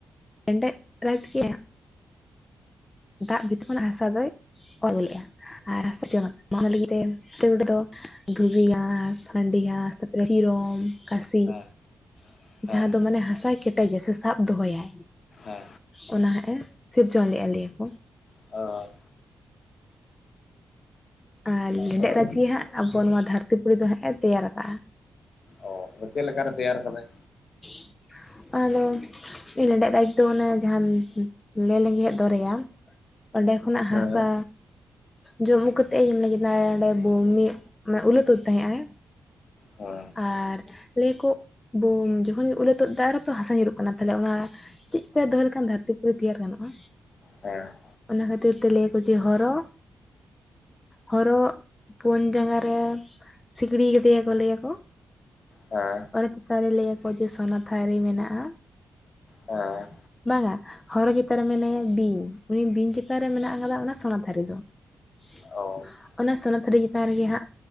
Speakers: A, on the left; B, on the left.
A: ᱮᱸᱰᱮᱫ ᱨᱟᱡᱽ ᱠᱮᱭᱟ ᱫᱟᱜ ᱵᱷᱤᱛ ᱠᱷᱚᱱᱟᱜ ᱦᱟᱥᱟ ᱫᱚᱭ ᱚᱞ ᱞᱮᱫᱼᱟ ᱟᱨ ᱦᱟᱥᱟ ᱚᱱᱟ ᱞᱟᱹᱜᱤᱫ ᱛᱮ ᱞᱤᱴᱟ ᱜᱚᱸᱰᱮᱛ ᱫᱚ ᱫᱷᱩᱵᱤ ᱜᱷᱟᱸᱥ ᱢᱟᱱᱰᱤ ᱜᱷᱟᱸᱥ ᱛᱟᱯᱚᱨᱮ ᱥᱤᱨᱚᱢ ᱠᱟᱥᱤ
B: ᱦᱮᱸ ᱦᱮᱸ
A: ᱡᱟᱦᱟᱸ ᱫᱚ ᱢᱟᱱᱮ ᱦᱟᱥᱟᱭ ᱠᱮᱴᱮᱡᱟᱭ ᱥᱮ ᱥᱟᱵ ᱫᱚᱦᱚᱭᱟ
B: ᱦᱟ
A: ᱚᱱᱟ ᱦᱟᱸᱜ ᱮ ᱥᱤᱨᱡᱚᱱ ᱞᱮᱫᱼᱟ ᱞᱟᱹᱭ ᱟᱠᱚ
B: ᱚ
A: ᱟᱨ ᱞᱮᱸᱰᱮᱛ
B: ᱦᱳᱭ
A: ᱨᱟᱡᱽ ᱜᱮ ᱦᱟᱸᱜ ᱟᱵᱚ ᱱᱚᱣᱟ ᱫᱷᱟᱹᱨᱛᱤᱯᱩᱨᱤ ᱫᱚ ᱦᱟᱸᱜ ᱮ ᱛᱮᱭᱟᱨ ᱟᱠᱟᱫᱼᱟ
B: ᱚ ᱪᱮᱫ ᱞᱮᱠᱟ ᱨᱮ ᱛᱮᱭᱟᱨ ᱟᱠᱟᱫᱟᱭ
A: <inaudible> ᱟᱫᱚ ᱞᱮᱸᱰᱮᱫ ᱨᱟᱡᱽ ᱫᱚ ᱚᱱᱮ ᱡᱟᱦᱟᱱ ᱞᱮ ᱞᱮᱸᱜᱮᱡ ᱫᱚᱨᱭᱟ ᱚᱸᱰᱮ ᱠᱷᱚᱱᱟᱜ
B: ᱦᱮᱸ
A: ᱦᱟᱥᱟ
B: ᱦᱮᱸ
A: ᱡᱚᱢᱩ ᱠᱟᱛᱮ ᱮᱢ ᱠᱮᱫᱟ ᱚᱸᱰᱮ ᱵᱩᱢᱤ ᱢᱟᱱᱮ ᱩᱞᱟᱹ ᱛᱩᱫ ᱛᱟᱦᱮᱸᱜ ᱟᱭ
B: ᱦᱮᱸ ᱦᱮᱸ
A: ᱟᱨ ᱞᱟᱹᱭᱠᱚ ᱵᱳᱢ ᱡᱚᱠᱷᱚᱱ ᱜᱮ ᱩᱞᱟᱹ ᱛᱚᱫ ᱫᱟ ᱟᱨᱦᱚ ᱛᱚ ᱦᱟᱥᱟ ᱧᱩᱨᱩᱜ ᱠᱟᱱᱟ ᱛᱟᱦᱚᱞᱮ ᱚᱱᱟ ᱪᱮᱫ ᱛᱮ ᱫᱚᱦᱚ ᱞᱮᱠᱷᱟᱱ ᱫᱷᱟᱹᱨᱛᱤ ᱯᱩᱨᱤ ᱛᱮᱭᱟᱨ ᱜᱟᱱᱚᱜᱼᱟ
B: ᱦᱮᱸ
A: ᱚᱱᱟ ᱠᱷᱟᱹᱛᱤᱨ ᱛᱮ ᱞᱟᱹᱭᱟᱠᱚ ᱡᱮ ᱦᱚᱨᱚ ᱦᱚᱨᱚ ᱯᱩᱱ ᱡᱟᱸᱜᱟ ᱨᱮ ᱥᱤᱠᱲᱤ ᱠᱮᱫᱮᱭᱟᱠᱚ ᱞᱟᱹᱭᱟᱠᱚ
B: ᱦᱮᱸ
A: ᱚᱱᱟ ᱪᱮᱛᱟᱱ ᱨᱮ ᱞᱟᱹᱭ ᱟᱠᱚ ᱡᱮ ᱥᱳᱱᱟ ᱛᱷᱟᱨᱤ ᱢᱮᱱᱟᱜᱼᱟ
B: ᱦᱮᱸ
A: ᱵᱟᱝᱟ ᱦᱚᱨᱚ ᱪᱮᱛᱟᱱ ᱨᱮ ᱢᱮᱱᱟᱭᱟ ᱵᱤᱧ ᱩᱱᱤ ᱵᱤᱧ ᱪᱮᱛᱟᱱ ᱨᱮ ᱢᱮᱱᱟᱜ ᱠᱟᱫᱟ ᱚᱱᱟ ᱥᱚᱱᱟ ᱛᱷᱟᱹᱨᱤ ᱫᱚ <inaudible>
B: ᱟᱵ <unintelligible>
A: ᱚᱱᱟ ᱥᱚᱱᱟ ᱛᱷᱟᱹᱨᱤ ᱪᱮᱛᱟᱱ ᱨᱮᱜᱮ ᱦᱟᱸᱜ